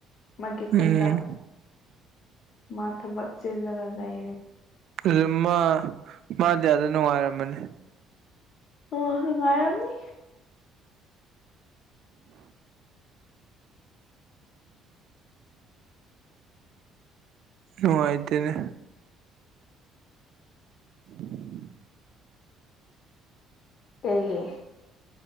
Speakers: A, on the left; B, on the right.
A: ꯃꯥꯒꯤ ꯈꯨꯟꯗ
B: ꯎꯝ
A: ꯃꯥ ꯊꯝꯕꯛ ꯆꯦꯅ ꯀꯗꯏ
B: ꯑꯗꯨ ꯃꯥ ꯃꯥꯗꯤ ꯑꯗ ꯅꯨꯡꯉꯥꯏꯔꯝꯃꯅꯤ
A: ꯑꯣ ꯅꯨꯡꯉꯥꯢꯔꯝꯅꯤ
B: ꯅꯨꯡꯉꯥꯏꯇꯦꯅꯦ ꯎ
A: ꯀꯩꯒꯤ